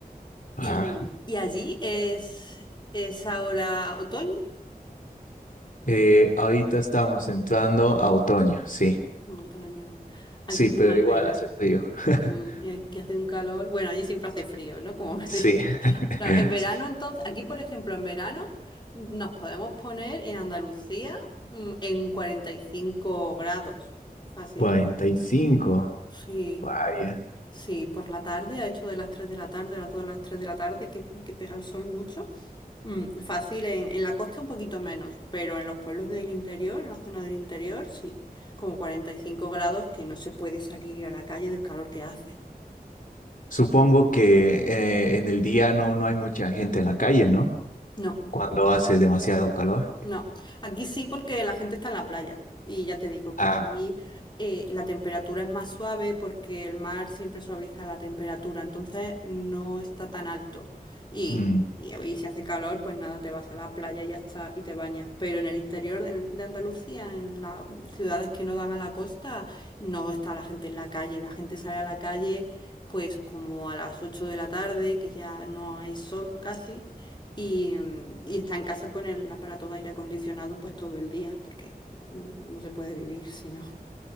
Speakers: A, on the left; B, on the left.
A: Ah,
B: Y, y allí es, es ahora otoño.
A: eh, ahorita estamos entrando a otoño, sí.
B: Otoño. Aquí
A: Sí,
B: primavera.
A: pero igual hace frío. <laughs>
B: Mm, y Aquí hace un calor. Bueno, allí siempre hace frío, ¿no? Como <laughs> me
A: Sí.
B: dices.
A: <laughs>
B: No, en verano,
A: Sí.
B: entonces, aquí, por ejemplo, en verano nos podemos poner en Andalucía mm, en 45 grados. Fácil.
A: cuarenta y cinco,
B: Sí,
A: Vaya.
B: sí, por la tarde, a esto de las 3 de la tarde, a las 2 de las tres de la tarde, que, que pega el sol mucho. Mm, fácil, en, en la costa un poquito menos, pero en los pueblos del interior, en la zona del interior, sí, como 45 grados que no se puede salir a la calle del calor que hace.
A: Supongo que eh, en el día no, no hay mucha gente en la calle, ¿no?
B: No.
A: Cuando hace demasiado calor.
B: No, aquí sí porque la gente está en la playa y ya te digo que
A: Ah,
B: aquí eh, la temperatura es más suave porque el mar siempre suaviza la temperatura, entonces no está tan alto. Y,
A: mm,
B: y, y si hace calor, pues nada, te vas a la playa y ya está y te bañas. Pero en el interior de, de Andalucía, en las ciudades que no dan a la costa, no está la gente en la calle. La gente sale a la calle pues como a las 8 de la tarde, que ya no hay sol casi y, y está en casa con el aparato de aire acondicionado pues todo el día, porque no, no se puede vivir si no.